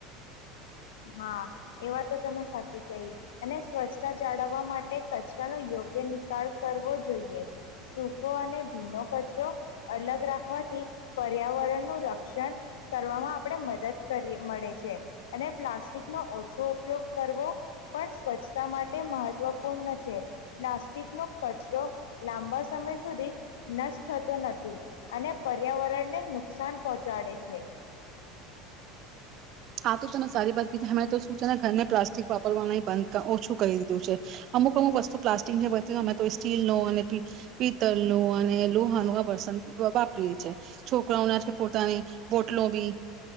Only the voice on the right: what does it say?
આ તો તને સારી વાત અ તો શું છે ને ઘરને પ્લાસ્ટિક વાપરવાનું બંધ ઓછું કરી દીધું છે અમુક અમુક વસ્તુ પ્લાસ્ટિક જે બ અમે તો સ્ટીલ ન અને પિત્તળ ન અને લોહાનુંુહા બર્સન વાપરીએ છીએ છોકરાઓને પોતાની બોટલો બી